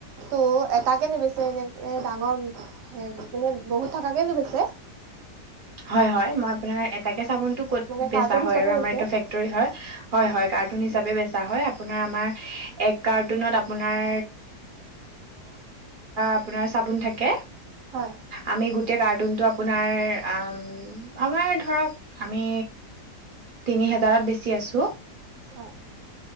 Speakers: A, on the right (about 75°); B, on the right (about 35°).
A: ত এটাকে নিবিছে এনেকে ডাঙৰ হে মানে বহুত থকাকে নিবিছে।
B: হয়, হয় মই আপোনাৰ এটাকে চাবোন টো ক'ত
A: মানে
B: বেছা
A: কাৰ্টুন
B: হয়
A: হিচাপে
B: আৰু
A: বেচে
B: আমাৰ এইটো ফেক্টৰী হয়, হয় হয় কাৰ্টুন হিচাপে বেছা হয়, আপোনাৰ আমাৰ- এক কাৰ্টুনত আপোনাৰ আপোনাৰ চাবোন থাকে।
A: হয়
B: আমি গোটেই কাৰ্টুন তো আপোনাৰ আপোনাৰ আমাৰ ধৰক আমি তিনি হাজাৰত বেছি আছোঁ।
A: হয়